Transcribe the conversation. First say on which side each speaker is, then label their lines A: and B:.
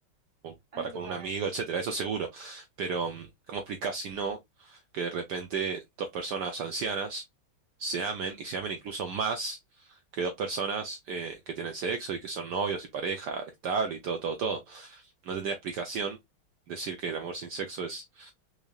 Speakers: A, on the right; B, on the right.
A: o
B: Ah,
A: para
B: no, total.
A: con un amigo, etcétera, eso seguro. Pero, mm, ¿cómo explicás si no que de repente dos personas ancianas se amen y se amen incluso más que dos personas eh, que tienen sexo y que son novios y pareja estable y todo, todo, todo? No tendría explicación decir que el amor sin sexo es,